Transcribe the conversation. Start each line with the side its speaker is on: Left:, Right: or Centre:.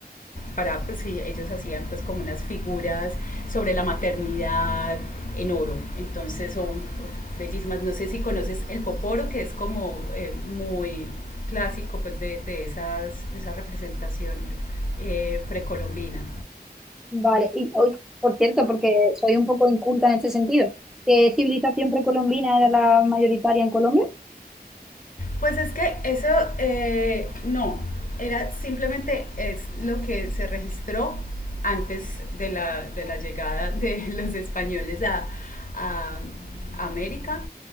Left: para, pues sí, ellos hacían pues como unas figuras sobre la maternidad en oro. Entonces son uf, bellísimas. No sé si conoces el poporo, que es como eh, muy clásico pues de, de esas, de esa representación eh, precolombina.
Centre: Vale. Y hoy, por cierto, porque soy un poco inculta en este sentido, ¿qué civilización precolombina era la mayoritaria en Colombia?
Left: Pues es que eso eh, no, era simplemente es lo que se registró antes de la, de la llegada de <laughs> los españoles a, a América